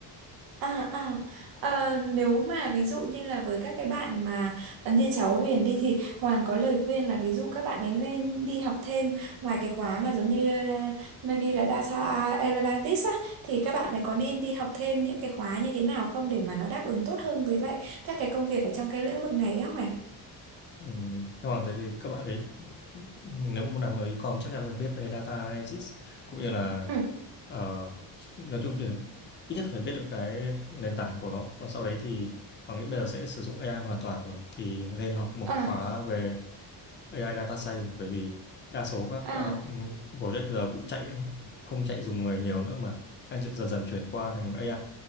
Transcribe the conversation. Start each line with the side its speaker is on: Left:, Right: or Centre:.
Right: à, à. Ờ, nếu mà ví dụ như là với các cái bạn mà ờ, như cháu Huyền đi thì Hoàng có lời khuyên là ví dụ các bạn ấy nên đi học thêm ngoài cái khóa mà giống như ờ, maybe là data analytics á thì các bạn ấy có nên đi học thêm những cái khóa như thế nào không để mà nó đáp ứng tốt hơn với lại các cái công việc ở trong cái lĩnh vực này á Hoàng.
Left: Ừ. Còn thế thì các bạn ấy nếu mà muốn làm ở e-com chắc chắn phải biết về data analysis cũng như là
Right: Ừ.
Left: ờ, nói chung thì ít nhất phải biết được cái nền tảng của nó còn sau đấy thì Hoàng nghĩ bây giờ sẽ sử dụng AI hoàn toàn rồi thì nên học một
Right: À,
Left: khóa về AI data science bởi vì đa số các
Right: à,
Left: ờ, ừm, project giờ cũng chạy không chạy dùng người nhiều nữa mà đang dần dần chuyển qua thành AI